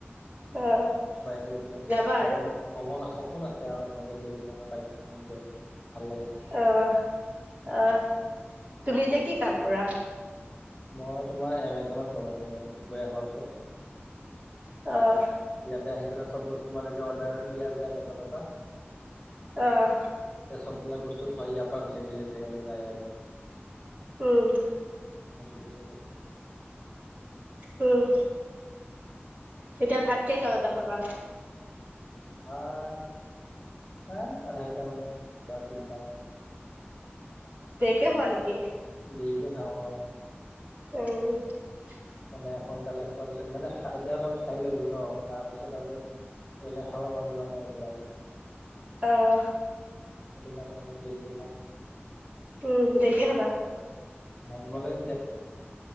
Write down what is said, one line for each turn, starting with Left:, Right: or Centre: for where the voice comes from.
Right: অ'
Left: বাইক লৈ পেলাই
Right: যাবা
Left: মানে
Right: আৰু
Left: হ সপোন আছ- সেয়া তেনেকে লৈ যোৱা বাইকখন নিজৰ। ভাল লাগে
Right: আহ আহ তুমি এতিয়া কি কাম কৰা।
Left: মই তোমাৰ এমেজনত কৰো এমেজন ৱেৰ হাউচত।
Right: অ
Left: তাতে আহি পেলাই চব বস্তু মোকে অৰ্ডাৰ দিয়া যায় এমেজনৰ পৰা
Right: আহ
Left: চবিলাক বস্তু থয় ইয়াৰ পৰা বেলেগ বেলেগ জেগালৈ যায় আৰু।
Right: উম
Left: সেইটো ত ইযাতে যাব
Right: উম এতিয়া ভাত কেইটা বজাত খাবা।
Left: ভাত হা আধাৰিটা মানত বা তিনটা মানত।
Right: দেৰিকে খোৱা নেকি?
Left: দেৰিকে খাওঁ অ
Right: হেৰি <unintelligible>
Left: মানে সোনকালে খোল মানে এতিয়া অলপ খাই ললো ন খোৱা পিছত আৰু ধৰিলে খাব মান জোৱা নাই এতিয়া আৰু।
Right: অহ
Left: সেইটো কাৰণে অলপ দেৰি কে খাম।
Right: উম দেইকে খাবা
Left: তোমালৈ